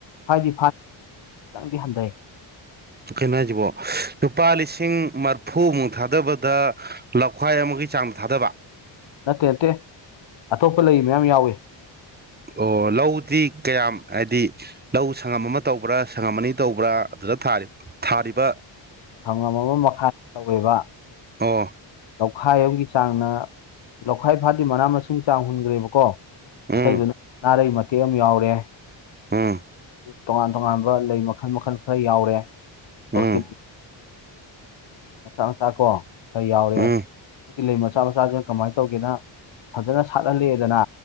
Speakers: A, on the left (about 70°); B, on the right (about 20°).
A: ꯐꯗꯤ ꯐ ꯈꯤꯇꯪꯗꯤ ꯍꯟꯗꯩ
B: ꯀꯩꯅꯣ ꯍꯥꯏꯁꯤꯕꯣ ꯂꯨꯄꯥ ꯂꯤꯁꯤꯡ ꯃꯔꯐꯨꯃꯨꯛ ꯊꯥꯗꯕꯗ ꯂꯧꯈꯥꯏ ꯑꯃꯒꯤ ꯆꯥꯡꯗ ꯊꯥꯗꯕ
A: ꯅꯠꯇꯦ ꯅꯠꯇꯦ ꯑꯇꯣꯞꯄ ꯂꯩ ꯃꯌꯥꯝ ꯌꯥꯎꯏ
B: ꯑꯣ ꯂꯧꯗꯤ ꯀꯌꯥꯝ ꯍꯥꯏꯗꯤ ꯂꯧ ꯁꯪꯉꯝ ꯑꯃ ꯇꯧꯕ꯭ꯔꯥ ꯁꯪꯉꯝ ꯑꯅꯤ ꯇꯧꯕ꯭ꯔꯥ ꯑꯗꯨꯗ ꯊꯥꯔꯤꯕ
A: ꯁꯪꯉꯝ ꯑꯃꯃꯈꯥꯏ ꯇꯧꯋꯦꯕ
B: ꯑꯣ
A: ꯂꯧꯈꯥꯏ ꯑꯃꯒꯤ ꯆꯥꯡꯅ ꯂꯧꯈꯥꯏ ꯐꯥꯗꯤ ꯃꯅꯥ ꯃꯁꯤꯡ ꯆꯥꯡ ꯍꯨꯟꯈ꯭ꯔꯦꯕꯀꯣ
B: ꯎꯝ
A: ꯑꯇꯩꯗꯨꯅ ꯅꯥꯔꯩ ꯃꯇꯦꯛ ꯑꯃ ꯌꯥꯎꯔꯦ
B: ꯎꯝ
A: ꯇꯣꯉꯥꯟ ꯇꯣꯉꯥꯟꯕ ꯂꯩ ꯃꯈꯜ ꯃꯈꯜ ꯈꯔ ꯌꯥꯎꯔꯦ ꯑꯣꯔꯀꯤꯠ
B: ꯎꯝ
A: ꯃꯆꯥꯥ ꯃꯆꯥꯥ ꯀꯣ ꯈꯔ ꯌꯥꯎꯔꯦ
B: ꯎꯝ
A: ꯒꯤ ꯂꯩ ꯃꯆꯥ ꯃꯆꯥꯁꯤꯅ ꯀꯃꯥꯏꯅ ꯇꯧꯒꯦꯅ ꯐꯖꯅ ꯁꯥꯠꯍꯜꯂꯦꯗꯅ